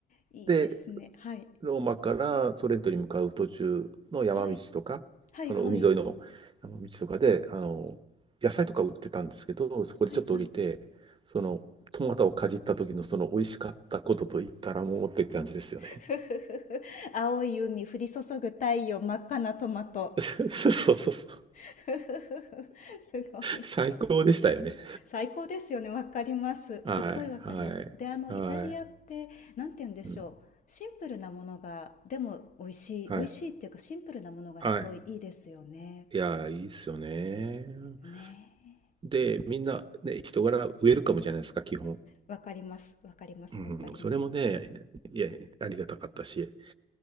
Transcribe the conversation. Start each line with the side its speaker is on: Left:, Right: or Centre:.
Left: いいですね。
Right: う。で、
Left: はい。
Right: ローマからトレントに向かう途中の山道とか、
Left: はい。はいはい。
Right: その海沿いの山道とかで、あの、野菜とか売ってたんですけど、そこでちょっと降りて、
Left: はいはい。
Right: その、トマトをかじった時のその美味しかったことと言ったらもうって感じですよね。
Left: <laughs> ふふふふ青い海降り注ぐ太陽、真っ赤なトマト。
Right: <laughs> そうそうそうそう。
Left: <laughs> ふふふふすごい。
Right: 最高でしたよね。
Left: 最高ですよね、わかります。
Right: はい、
Left: すっごいわかります。
Right: はい、
Left: で、あの、
Right: はい、
Left: イタリアって、なんて言うんでしょう、
Right: うん、
Left: シンプルなものが、でも美味しい美味しいっていうか、
Right: はい、
Left: シンプルなものがすごいいいですよね。
Right: はい。いやー、いいっすよね。
Left: ねえ
Right: で、みんなね、人柄ウェルカムじゃないですか、基本。
Left: わかりますわかりますわかります
Right: うん、それもね、いや、ありがたかったし。